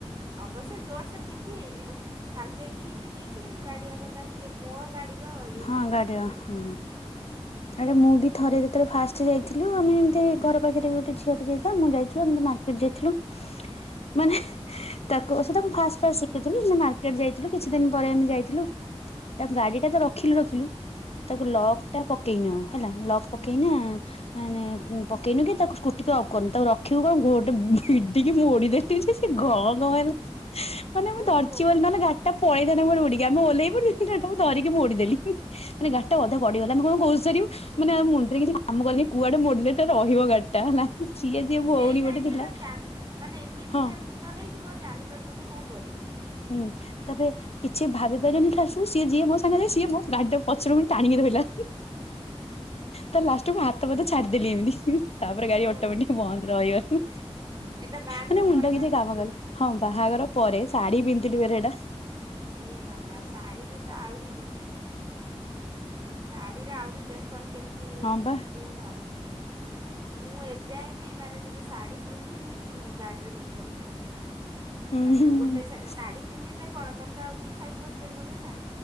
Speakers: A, on the right (about 40°); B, on the left (about 70°).
A: ଅବଶ୍ୟ ଜୋର ସେ ପିଟି ହେଇନି ହାଲକାକି ହିଁ ପିଟି ହେଛି କିନ୍ତୁ ଗାଡ଼ି ଆଗଟା ଟିକେ ମୋ ଗାଡ଼ି ର ଇଏ ହେଇଥିଲା
B: ହଁ ଗାଡିର
A: ସ୍କୁଟିର।
B: ହଁ। ଆରେ ମୁଁ ବି ଥରେ ଯେତେବେଳେ ଫାଷ୍ଟ ଯାଇଥିଲୁ ଆମେ ଏମିତି ଘର ପାଖରେ ବି ଗୋଟେ ଝି ଟେ ଯାଇ ମୁଁ ଯାଇଥିଲୁ ଏମ ମାର୍କେଟ ଯାଇଥିଲୁ? ମାନେ ତାକୁ ସେ ମୁଁ ଫାଷ୍ଟ ଫାଷ୍ଟ ଶିଖିଥିଲି ସେ ମାର୍କେଟ ଯାଇଥିଲୁ କିଛି ଦିନ ପରେ ଆମେ ଯାଇଥିଲୁ। ତା ଗାଡି ଟା ତ ରଖିଲୁ ରଖିଲୁ ତାକୁ ଲକଟା ପକେଇନି ଆଉ ହେଲା ଲକ୍ ପକେଇନା ମାନେ ପକେଇନ କି ତାକୁ ସ୍କୁ ଟିକେ ଆଉ କହ ତାକୁ ରଖିବୁ କଣ ଗୋ ଗୋଟେ ଭଡିକି ମୋଡିଦେଲିି ସେ ଗଁ ଗଁ ହେଲା। ମାନେ ମୁଁ
A: ଓହୋ।
B: ଧରିଛି ବୋଲି ନହେଲେ ଗାଡିଟା ପଳେଇ ଥାନ୍ତା ଉଡିକି ଆମ ଓହ୍ଲେଇ ପଡିଥିଲୁ ଗାଡ଼ିଟା ଧରିକି ମୋଡି ଦେଲି। ଦେଲି ମାନେ ଗାଡିଟା ଅଧା ଗଡିଗଲା ଆମେ କଣ ଘୋଷାରିବୁ ମାନେ ଆଉ ମୁଣ୍ଡରେ କିଛି କାମ କଲିନି କୁଆଡେ ମୋଡିଲେ ତ ରହିବ ଗାଡିଟା ହେଲା। ସିଏ ଯିଏ
A: ସେଇ
B: ଭଉଣୀ
A: ଟାଇମରେ
B: ଗୋଟେ ଥିଲା
A: ବା ମାନେ ଏମିତିରେ
B: ହଁ
A: ମୁଣ୍ଡ ହେଇଯିବ ଜାଣିପାରିବୁ ନା କଣ କରିବି?
B: ହୁଁ ତାପରେ କିଛି ଭାବି ପାରିଲିନି ଖାସବୁ ସିଏ ଯିଏ ମୋ ସାଙ୍ଗେ ଯାଇ ସିଏ ମୋ ଗାଡିର ପଛକୁ ଟାଣିକି ରହିଲା। ତା ଲାଷ୍ଟ ମୁଁ ହାତ ଫାତ ଛାଡିଦେଲି ଏମିତି ତାପରେ ଗାଡି
A: ଓହୋ
B: ଅଟୋମେଟିକ
A: ଏଇଟା
B: ବନ୍ଦ ରହିଗନ।
A: ବାହାଘର
B: ମାନେ ମୁଣ୍ଡଟା
A: ପରେ ନା
B: କିଛି
A: ପୂର୍ବରୁ?
B: କାମ କଲେ ହଁ ବାହାଘର ପରେ ଶାଢୀ ପିନ୍ଧିଥିଲିଏଟା
A: ଏ ବାବା ସାଢ଼ିରେ ତ ଆରି ରିକ୍ସ ଶାଢ଼ୀରେ ଆହୁରି ଟେନସନ୍ କେମିତି
B: ହଁ ବା
A: ପିନ୍ଧ। ମୁଁ ଏଯାଏବି ମାନେ ଯଦି ଶାଢ଼ୀ ପିନ୍ଧିବି। ମୁଁ ଗାଡ଼ିରେ ବସିପାରିବିନି ଭଲସେ।
B: ହୁଁ
A: ମାନେ
B: ହୁଁ
A: ଗୋଟେ ଶାଢୀ ପିନ୍ଧିଲେ କଣ ତମେ ତ ଆଉ ଦି ସାଇଡ୍ ବସି ପାରିବନି ନା।